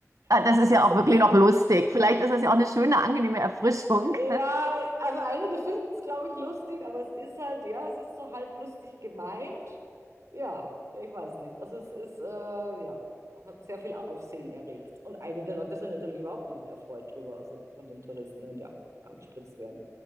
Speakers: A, on the right; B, on the right.
A: Ah, Das
B: die Touristen.
A: ist ja auch wirklich noch lustig. Vielleicht ist es ja auch eine schöne, angenehme Erfrischung.
B: Ja, also einige finden es, glaube ich, lustig, aber es ist halt, ja, es ist so halb lustig gemeint. Ja, ich weiß nicht. Also es ist, äh, ja, hat sehr viel Aufsehen erregt. Und einige Leute sind natürlich überhaupt nicht erfreut drüber, also von den Touristen, wenn die angespritzt werden.